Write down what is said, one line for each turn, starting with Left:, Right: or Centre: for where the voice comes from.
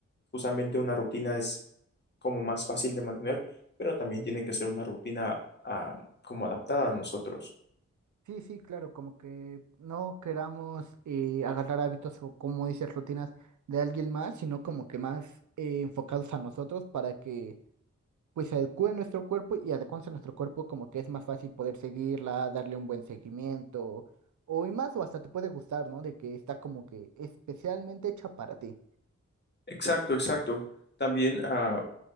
Left: Justamente una rutina es como más fácil de mantener, pero también tiene que ser una rutina ah, como adaptada a nosotros.
Right: Sí, sí, claro, como que no queramos eh, agarrar hábitos o como dices, rutinas de alguien más, sino como que más eh, enfocados a nosotros para que pues se adecue nuestro cuerpo y adecuándose a nuestro cuerpo como que es más fácil poder seguirla, darle un buen seguimiento o y más o hasta te puede gustar, ¿no? De que está como que especialmente hecha para ti.
Left: Exacto, exacto. También ah,